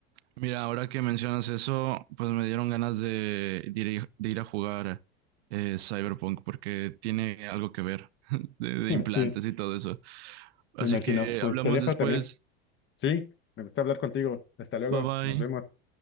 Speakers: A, on the right (about 85°); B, on the left (about 35°).
A: Mira, ahora que mencionas eso, pues me dieron ganas de, de ir, de ir a jugar eh, Cyberpunk porque tiene algo que ver <laughs> de de
B: <laughs>
A: implantes
B: Sí,
A: y todo eso. Así
B: me imagino.
A: que
B: Pues
A: hablamos
B: te dejo
A: después.
B: también. Sí, me gusta hablar contigo. Hasta luego,
A: Bye bye.
B: nos vemos.